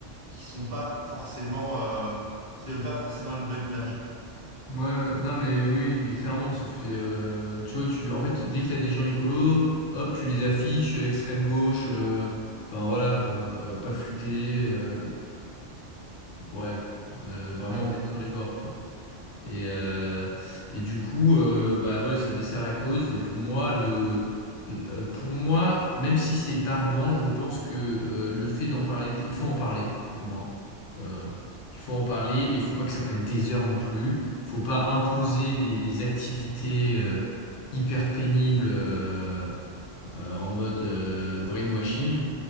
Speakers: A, on the right; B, on the left.
A: qui sont pas forcément euh, qui donnent pas forcément une bonne image.
B: Ouais, ouais. non mais oui, mais clairement, ça fait, euh, tu vois, tu, en fait, dès que t'as des gens écolos, hop, tu les affiches, euh, extrême gauche, euh, enfin voilà quoi, euh, pas futé, euh, ouais, euh, vraiment
A: Euh,
B: bête sur les bords quoi. Et, euh, et du coup, euh, bah ouais, ça dessert la cause. Et pour moi, le, le- euh, pour moi, même si c'est barbant, je pense que euh, le fait d'en parler, il faut en parler, pour moi. Euh, il faut en parler, mais il faut pas que ça prenne des heures non plus. Il faut pas imposer des, des activités euh, hyper pénibles euh, euh, en mode euh, brainwashing.